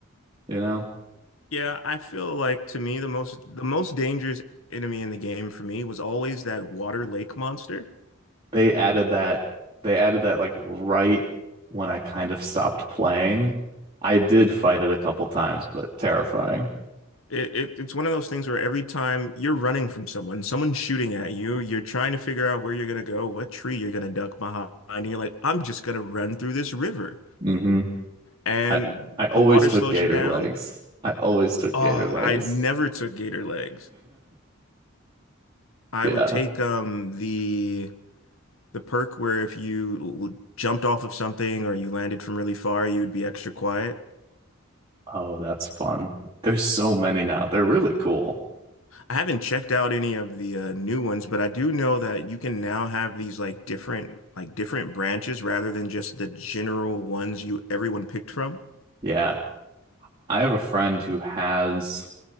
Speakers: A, on the right; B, on the left.
A: you know?
B: Yeah, I feel like to me the most the most dangerous enemy in the game for me was always that water lake monster.
A: They added that they added that like right when I kind of stopped playing. I did fight it a couple times, but terrifying.
B: It, it it's one of those things where every time you're running from someone, someone's shooting at you, you're trying to figure out where you're gonna go, what tree you're gonna duck behind, and you're like, I'm just gonna run through this river.
A: hmm
B: And
A: I I always
B: the water
A: took
B: slows
A: gator
B: you down.
A: legs. I always took
B: Oh,
A: gator legs.
B: I never
A: <laughs>
B: took gator legs. I
A: Yeah.
B: would take um the the perk where if you l- jumped off of something or you landed from really far, you would be extra quiet.
A: Oh, that's fun. There's so many now. They're really cool.
B: I haven't checked out any of the uh, new ones, but I do know that you can now have these like different like different branches rather than just the general ones you everyone picked from.
A: Yeah. I have a friend who has